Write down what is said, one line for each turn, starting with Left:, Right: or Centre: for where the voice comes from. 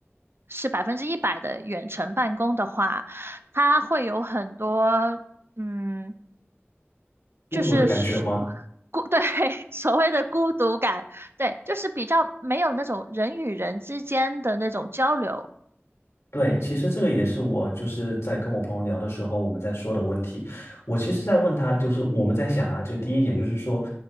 Right: 是百分之一百的远程办公的话，它会有很多，嗯，
Left: 孤独的感觉吗？
Right: 就是是孤，对，<laughs> 所谓的孤独感，对，就是比较没有那种人与人之间的那种交流，
Left: 对，其实这个也是我就是在跟我朋友聊的时候，我们在说的问题。我其实在问他，就是我们在想啊，就第一点就是说，